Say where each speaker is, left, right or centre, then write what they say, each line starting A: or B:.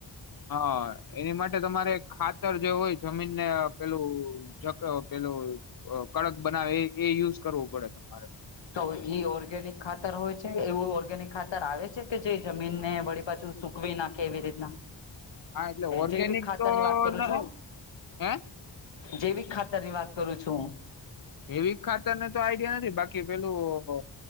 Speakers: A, on the left; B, on the left.
A: હા. એની માટે તમારે ખાતર જે હોય જમીનને પેલું જક પેલું અહ કડક બનાવે એ-એ યુઝ કરવું પડે તમારે.
B: તો ઈ ઓર્ગેનિક ખાતર હોય છે? એવું ઓર્ગેનિક ખાતર આવે છે કે જે જમીનને વળી પાછું સુકવી નાખે એવી રીતના?
A: હા એટલે ઓર્ગેનિક
B: જૈવિક ખાતર
A: તો
B: ની વાત કરું
A: ન,
B: છું
A: હે?
B: જૈવિક ખાતર ની વાત કરું છું હું.
A: જૈવિક ખાતરને તો આઈડિયા નથી બાકી પેલું